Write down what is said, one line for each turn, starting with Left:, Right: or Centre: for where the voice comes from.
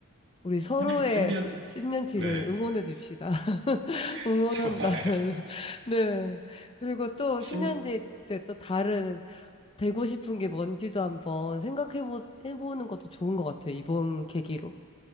Left: 우리 서로의
Right: <laughs> 10년,
Left: 10년 뒤를
Right: 네.
Left: 응원해 줍시다. <laughs>
Right: <laughs>
Left: 응원한다면.
Right: 좋아요.
Left: <laughs> 네. 그리고 또
Right: 십,
Left: 10년 뒤에 때또 다른, 되고 싶은 게 뭔지도 한번 생각해 보, 해보는 것도 좋은 것 같아요. 이번 계기로.